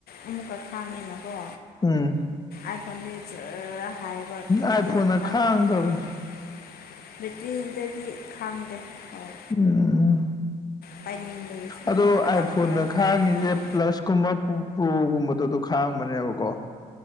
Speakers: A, on the left; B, on the left.
A: ꯑꯃꯨꯛꯀ ꯈꯥꯡꯉꯦꯅꯀꯣ
B: ꯎꯝ
A: ꯑꯥꯏ ꯐꯣꯟꯗꯤ ꯖꯔꯔ ꯍꯥꯏꯌꯦꯕ ꯈꯤꯇꯪ
B: ꯑꯥꯏꯐꯣꯟꯅ
A: ꯉꯥꯛꯇꯪ
B: ꯈꯥꯡꯗꯕꯅꯤ
A: ꯄꯥꯏꯕ ꯀꯥꯟ ꯕꯦꯇ꯭ꯔꯤꯗꯒꯤ ꯈꯥꯡꯗꯦ ꯍꯣꯏ
B: ꯎꯝ
A: ꯄꯥꯏꯅꯤꯡꯕꯒꯤ ꯁꯨꯝ
B: ꯑꯗꯣ
A: ꯃꯇꯝ
B: ꯑꯥꯏꯐꯣꯟꯗ
A: ꯈꯔ
B: ꯈꯥꯡꯉꯤꯁꯦ
A: ꯄꯥꯏꯒꯦ ꯇꯧꯕ
B: ꯄ꯭ꯂꯁ ꯀꯨꯝꯕ ꯄꯨ ꯄ꯭ꯔꯣꯒꯨꯝꯕꯗꯣ ꯑꯗꯣ ꯈꯥꯡꯕꯅꯦꯕꯀꯣ